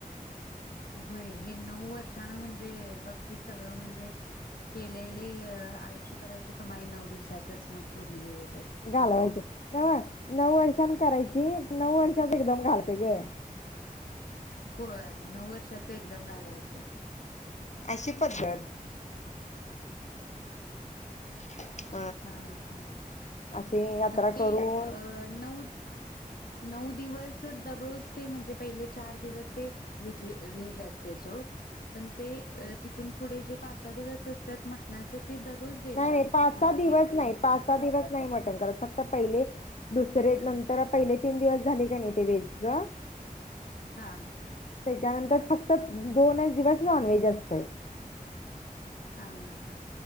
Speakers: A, on the left; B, on the left.
A: होय हे नऊ वर्षानं म्हणजे बघ की सगळं म्हणजे केलेली आयुष्यभराची कमाई नऊ दिवसातच मग पूर्ण हे होईल.
B: घालवायचं नव नऊ वर्ष छान करायची, नऊ वर्षात एकदम घालते ग.
A: होय नऊ वर्ष एकदम घालायचं.
B: अशी पद्धत <inaudible>
A: हा. हा.
B: अशी यात्रा
A: म ते
B: करून
A: नऊ नऊ दिवस दररोज ते म्हणजे पहिले चार दिवस ते व्हेज असतय सोड. पण ते अ ती तिथून पुढे जे पाच सहा दिवस असतात मटणाचे ते दररोज देवीला
B: नाही नाही
A: म्हण-
B: पाच सहा
A: -
B: दिवस नाही. पाच सहा दिवस नाही मटण करत फक्त पहिले दुस- रे नंतर पहिले तीन दिवस झाले का नाही ते व्हेजच
A: हा.
B: त्याच्यानंतर फक्त दोनच दिवस नॉनव्हेज असतय.
A: हा. <inaudible>